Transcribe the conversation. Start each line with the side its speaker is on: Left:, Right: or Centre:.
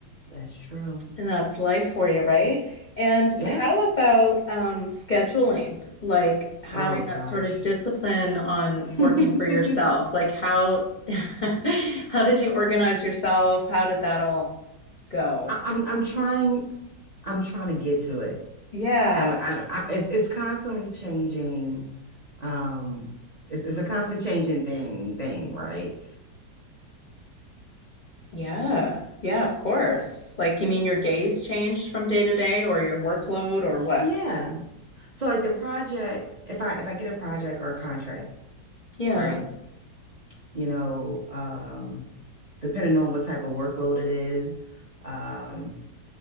Right: that's true
Left: And that's life for you, right? And
Right: yeah
Left: how about um, scheduling? Like having
Right: oh
Left: that
Right: gosh
Left: sort of discipline on
Right: <laughs>
Left: working
Right: I,
Left: for yourself. Like how <laughs> how did you organize yourself? How did that all go?
Right: I'm I'm trying I'm trying to get to it.
Left: Yeah.
Right: I'm I, I it's it's constantly changing. Um, it's it's a constant changing thing thing, right?
Left: Yeah. Yeah, of course. Like you mean your days changed from day to day or your workload or what?
Right: Yeah. So like the project, if I if I get a project or a contract,
Left: Yeah.
Right: right? You know, um, depending on what type of workload it is, um,